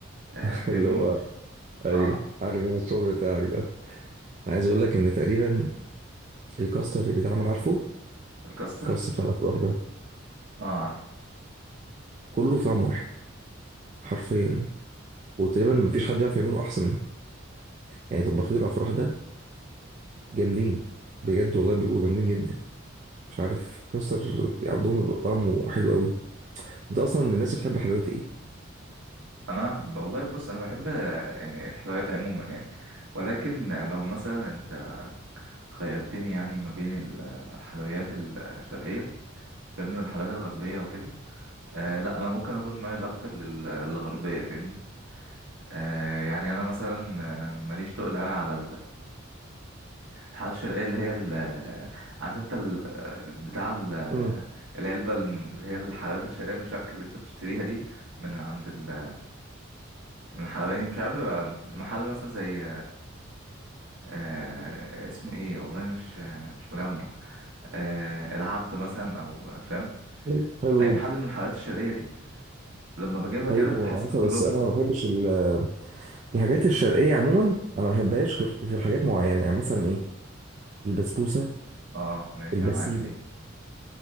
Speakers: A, on the right; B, on the right.
A: آه،
B: <laughs>
A: فاهمني
B: اللي هو
A: مش
B: ايوه
A: اه
B: عارف انا الشغل بتاعك ده انا عايز اقول لك ان تقريبا الكاستر اللي بيتعمل عارفه
A: الكاستر
B: الكاستر بتاع الافراح ده
A: اه عارفه
B: كله طعم واحد حرفيا وتقريبا مفيش حد يعرف يعمله احسن منه يعني طباخين الافراح ده جامدين بجد والله بيبقوا جامدين جدا مش عارف الكاستر عندهم بيبقى طعمه حلو قوي انت اصلا من الناس اللي بتحب حلويات ايه
A: انا والله بص انا بحب آه، يعني الحلويات عموما يعني ولكن لو مثلا انت خيرتني يعني ما بين الحلويات الشرقيه فاهمني والحلويات الغربيه وكده آه لا انا ممكن اكون مايل اكتر لل- للغربيه فاهمني آه يعني انا مثلا آه، ماليش تقل قوي على الحلقات الشرقية اللي هي ال عارف انت ال بتاع ال
B: امم
A: العلبة الم- اللي هي الحلويات الشرقية المشكل اللي انت بتشتريها دي من عند ال من الحلواني مش عارف بيبقى محل مثلا زي آه، اسمه ايه والله مش مش مجمع آه، العبد مثلا او فاهم
B: حلو حلو
A: اي
B: جدا
A: محل من الحلويات الشرقية دي لما بجيبها كده
B: ايوه طبعا
A: بحس
B: عارفها
A: ان كلهم
B: بس انا ما بحبش ال- الحاجات الشرقيه عموما انا ما بحبهاش غير غير حاجات معينه يعني مثلا ايه البسبوسه
A: اه ماشي
B: البسيمه
A: انا معاك في دي